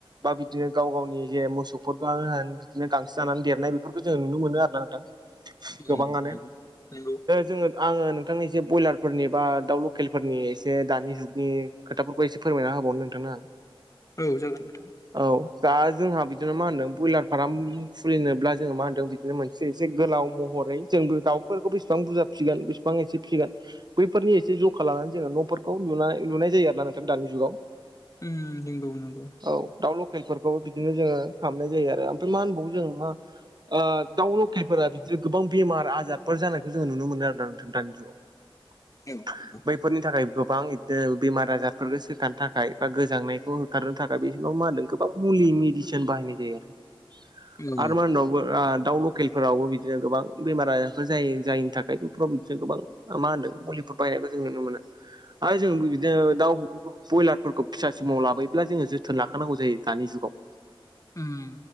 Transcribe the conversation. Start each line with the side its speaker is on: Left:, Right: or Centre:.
Right: बा बिदिनो गाव गावनि जे मोसौफोरखौ <unintelligible> बिदिनो गांसो जानानै देरनाय बेफोरखौ जोङो नुनो मोनो आरो ना नोंथां
Left: उम
Right: गोबाङानो
Left: उम नोंगौ
Right: जोङो आङो नोंथांनि एसे ब्रयलारफोरनि बा दाउ लकेलफोरनि एसे दानि जुगनि खोथाफोरखौ एसे फोरमायना होबावनो नोंथां ना
Left: औ जागोन नोंथां
Right: औ दा जोंहा बिदिनो मा होनदों ब्रयलार फार्म खुलिनोब्ला जोङो मा होनदों बि बिनो मोनसे एसे गोलाव महरै जोंबो दाउफोरखौ बेसेबां बुरजा फिसिगोन बेसेबां एसे फिसिगोन बैफोरनि एसे जखा लानानै जोङो न'फोरखौ लुनाय लुनाय जायो आरो ना नोंथां दानि जुगाव
Left: उ नंगौ नंगौ
Right: औ दाउ लकेलफोरखौबो बिदिनो जोङो खालामनाय जायो आरो ओमफ्राय मा होनबावो जों मा दाउ लखेलफोरा बिदिनो गोबां बेमार आजार फोर जानायखौ जोङो नुनो मोनो आरोना नोंथां दानि जुगाव
Left: औ नंगौ
Right: बैफोरनि थाखाय गोबां बिदिनो बेमार आजारफोरफोरखौ सोखानो थाखाय बा गोजांनायखौ होखारनो थाखाय बे समाव मा नों बा मुलि मेडिसिन बाहायनाय जायो आरो
Left: औ
Right: आरो मा होनावबो दाउ लकेलफोरावबो बिदिनो गोबां बेमारा बो जायो जायनि थाखाय पबिफोराव गोबां मा होनदों मुलि बायनायखौ जों नुनो मोनो आरो जों बिदिनो दाउ ब्रयलारफोरखौ फिसा समाव लाबोयोब्ला जोङो जोथोन लाखानांगौ जायो दानि जुगाव
Left: उम